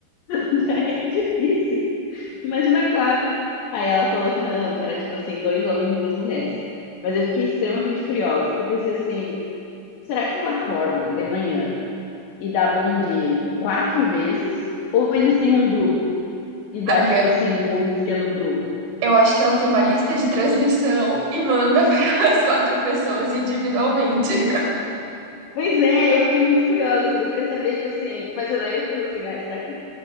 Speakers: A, on the left; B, on the right.
A: <laughs> já é difícil. Imagina quatro. Aí ela falou que não, que era tipo assim, dois homens e duas mulheres. Mas eu fiquei extremamente curiosa, porque eu pensei assim, será que ela acorda de manhã e dá bom dia quatro vezes? Ou eles têm um grupo e dá
B: Amiga,
A: tipo assim, um bom dia no grupo?
B: eu acho que ela tem uma lista de transmissão e manda para <laughs> as quatro pessoas individualmente.
A: Pois é, eu fiquei muito curiosa. Eu queria saber, tipo assim, mas eu daí eu penso assim, ai, será que